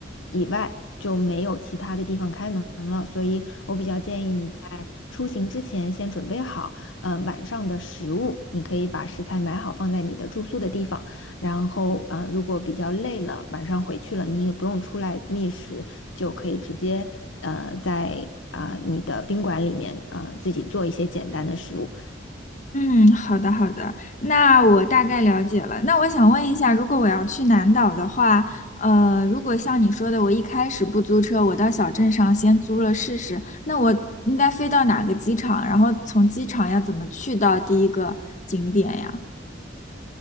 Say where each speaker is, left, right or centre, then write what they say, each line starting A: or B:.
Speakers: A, on the left; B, on the left.
A: 以外，就没有其他的地方开门了。所以我比较建议你在出行之前先准备好，呃，晚上的食物，你可以把食材买好放在你的住宿的地方。然后呃，如果比较累了，晚上回去了，你也不用出来觅食，就可以直接呃在啊、呃你的宾馆里面啊呃自己做一些简单的食物。
B: 嗯，好的好的，那我大概了解了。那我想问一下，如果我要去南岛的话，呃，如果像你说的，我一开始不租车，我到小镇上先租了试试，那我应该飞到哪个机场？然后从机场要怎么去到第一个景点呀？